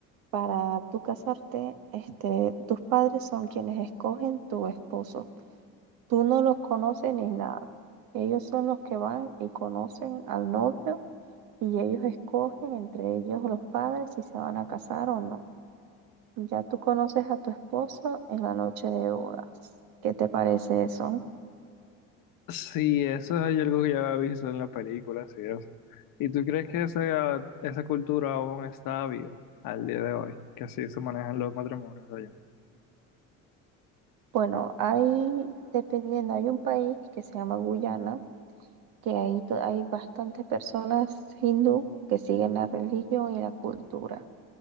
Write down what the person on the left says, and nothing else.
Sí, eso es algo que ya había visto en la película, sí, eso. ¿Y tú crees que esa, esa cultura aún está viva al día de hoy? Que así se manejan los matrimonios allá.